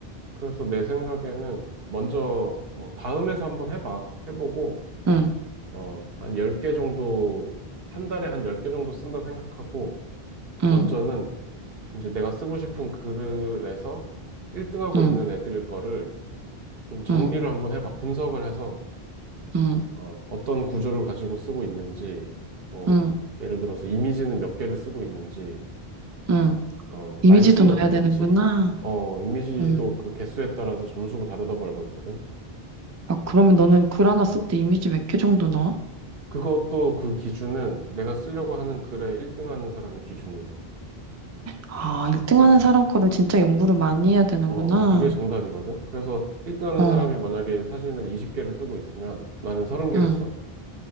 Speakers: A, on the right; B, on the right.
A: 그래서 내 생각에는 먼저 뭐 다음에서 한번 해봐. 해보고,
B: 응,
A: 어, 한 10개 정도, 한 달에 한 10개 정도 쓴다 생각하고, 먼저는
B: 응,
A: 이제 내가 쓰고 싶은 글에서 1등하고
B: 응,
A: 있는 애들 거를 좀 정리를
B: 응,
A: 한번 해봐. 분석을 해서
B: 응,
A: 어, 어떤 구조를 가지고 쓰고 있는지, 뭐
B: 응,
A: 예를 들어서 이미지는 몇 개를 쓰고 있는지,
B: 응.
A: 어, 말투는
B: 이미지도 넣어야
A: 어떤지,
B: 되는구나.
A: 어, 이미지도
B: 응.
A: 그 개수에 따라서 점수가 다르다고 알고 있거든.
B: 아, 그러면 너는 글 하나 쓸 때 이미지 몇 개 정도 넣어?
A: 그것도 그 기준은 내가 쓰려고 하는 글에 1등하는 사람이 기준이야.
B: 아, 1등
A: 어.
B: 하는 사람 거를 진짜 연구를 많이 해야 되는구나.
A: 어, 그게 정답이거든. 그래서 1등 하는
B: 어,
A: 사람이 만약에 사진을 20개를 쓰고 있으면 나는 30개를
B: 응.
A: 써.